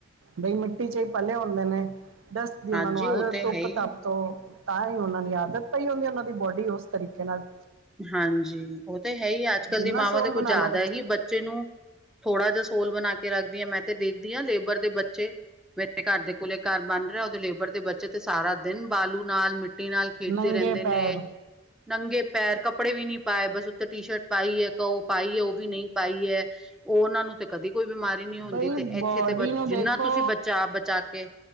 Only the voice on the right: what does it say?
ਬਈ ਮਿੱਟੀ 'ਚ ਹੀ ਪਲੇ ਹੁੰਦੇ ਨੇ। ਡਸਟ ਦੀ
ਉਹਨਾਂ ਨੂੰ
ਆਦਤ
ਧੁੱਪ
ਧੱਪ
ਤੋਂ ਤਾਂ ਹੀ ਉਹਨਾਂ ਦੀ ਆਦਤ ਪਈ ਹੁੰਦੀ ਉਹਨਾਂ ਦੀ। ਦੀ ਬੋਡੀ ਉਸ ਤਰੀਕੇ ਨਾਲ।
ਜਿੰਨਾ
ਸੋਲ
ਬਣਾ
ਲੋ
ਨੰਗੇ
ਪੈਰ
ਬਈ
ਬੋਡੀ
ਨੂੰ
ਦੇਖੋ